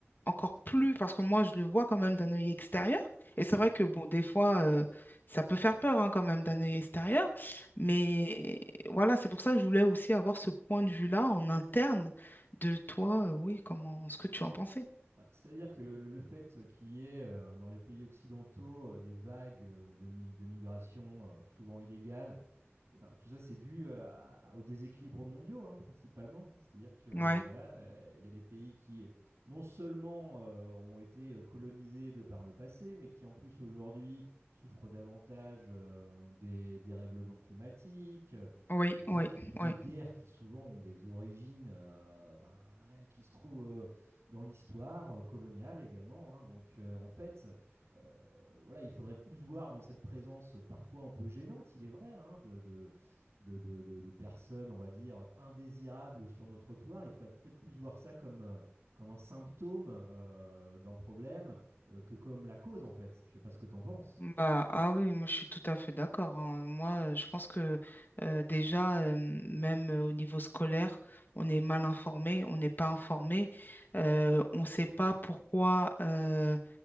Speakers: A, on the left (about 50°); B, on the right (about 85°).
A: encore plus, parce que moi, je le vois quand même d'un œil extérieur. Et c'est
B: Mm,
A: vrai que, bon, des fois, euh, ça peut faire peur, hein, quand même, d'un œil extérieur. Mais
B: mm.
A: voilà, c'est pour ça que je voulais aussi avoir ce point de vue-là en interne de toi. euh, oui, comment, ce que tu en pensais.
B: Ben, c'est-à-dire que le, le- le fait qu'il y ait euh, dans les pays occidentaux euh, des vagues euh, de, mi- de migration euh, souvent illégales, eh ben, tout ça c'est dû euh, à- aux déséquilibres mondiaux hein, principalement. hein. C'est-à-dire que
A: Ouais,
B: et voilà, euh, il y a des pays qui non seulement euh, ont été euh, colonisés de par le passé, mais qui en plus aujourd'hui souffrent davantage euh, des dérèglements climatiques, euh,
A: oui,
B: des pays
A: oui,
B: qui vivent des
A: oui.
B: guerres qui souvent ont des origines euh, ben, ouais, qui se trouvent euh, dans l'histoire euh, coloniale également. hein. Donc, euh, en fait, euh, voilà, il faudrait plus voir dans cette présence parfois un peu gênante, il est vrai, hein, de, de, de, de- de- de personnes, on va dire, indésirables sur nos trottoirs. Il faudrait peut-être plus voir ça comme, euh, comme un symptôme euh, d'un problème euh, que comme la cause, en fait. Je sais pas ce que tu en penses.
A: Bah, ah oui, moi je suis tout à fait d'accord. hein. Moi, euh, je pense que euh, déjà, euh, même euh, au niveau scolaire, on est mal informé, on n'est pas informé, euh, on ne sait pas pourquoi, euh,